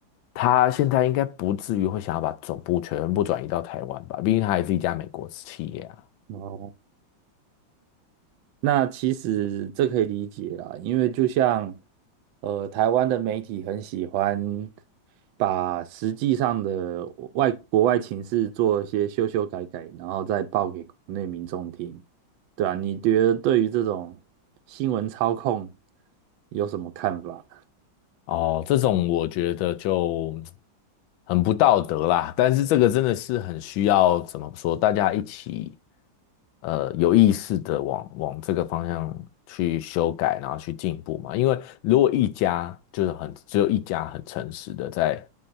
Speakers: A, on the left (about 80°); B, on the right (about 85°).
A: 他现在应该不至于会想要把总部全部转移到台湾吧，毕竟他还是一家美国企业啊。
B: 哦，那其实这可以理解啦，因为就像呃，台湾的媒体很喜欢把实际上的外国外情势做一些修修改改，然后再报给国内民众听，对啊，你觉得对于这种新闻操控有什么看法？
A: 哦，这种我觉得就很不道德啦，但是这个真的是很需要怎么说，大家一起呃有意识的往往这个方向去修改，然后去进步嘛。因为如果一家就是很只有一家很诚实的在